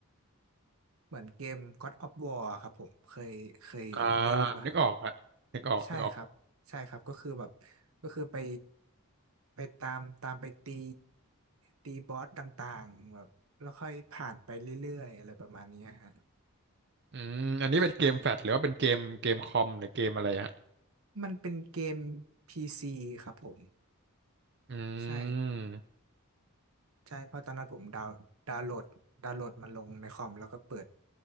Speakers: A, on the right (about 70°); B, on the right (about 50°).
A: เหมือนเกม God of War อะครับผมเคยเคยเล่นหรือเปล่าฮะ
B: อ่านึกออกฮะนึกออกนึกออก
A: ใช่ครับใช่ครับก็คือแบบก็คือไปไปตามตามไปตีตีบอสต่างๆแบบแล้วค่อยผ่านไปเรื่อยๆอะไรประมาณเนี้ยฮะ
B: อืมอันนี้เป็นเกมแฟลชหรือว่าเป็นเกมเกมคอมหรือเกมอะไรฮะ
A: ใช่มันเป็นเกม PC ครับผม
B: อืม
A: ใช่ ใช่เพราะตอนนั้นผมดาวดาวน์โหลดดาวน์โหลดมันลงในคอมแล้วก็เปิด